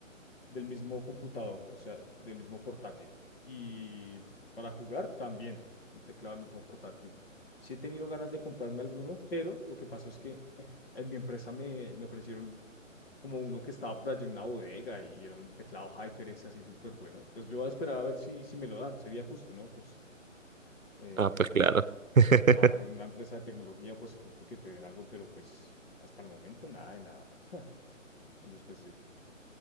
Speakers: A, on the left (about 45°); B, on the right (about 85°).
A: del mismo computador, o sea, del mismo portátil. Y para jugar también, el teclado del mismo portátil. Sí he tenido ganas de comprarme alguno, pero lo que pasó es que <laughs> en mi empresa me, me ofrecieron como uno que estaba por allá en una bodega y era un teclado HyperX así súper bueno. Entonces yo voy a esperar a ver si, si me lo dan, sería justo, ¿no? Pues eh,
B: Ah, pues
A: al
B: claro.
A: tr-
B: <laughs>
A: trabajar en una empresa de tecnología, pues justo que te den algo, pero pues hasta el momento nada de nada. <laughs> Entonces pues sí,